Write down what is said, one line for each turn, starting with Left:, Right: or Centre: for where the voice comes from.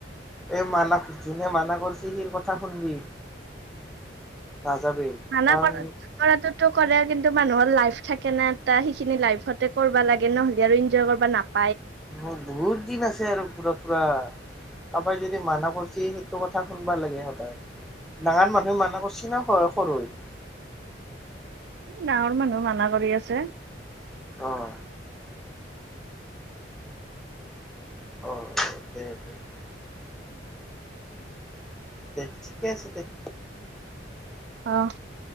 Centre: এই মানা যোনে মানা কৰিছি, সি কথা শুনবি নাযাবি
Right: মানা
Centre: কাৰণ
Right: কৰ কৰাটো ত কৰে কিন্তু মানুহৰ লাইফ থাকে না এটা, সেইখিনি লাইফতে কৰিব লাগে নহলে আৰু ইনজয় কৰিব নাপ
Centre: অঁ বহুত দিন আছে আৰু ঘুৰা ফুৰা। কাৰোবাক যদি মানাহ কৰছি সেইটো কথা শুনবা লাগে সদায়। ডাঙৰ মানুহে মানহ কৰছি না সৰু সৰুৱে?
Right: ডাঙৰ মানুহ মানা কৰি আছে।
Centre: অঁ! অঁ! তে ঠিকে আছে তেত।
Right: আহঁ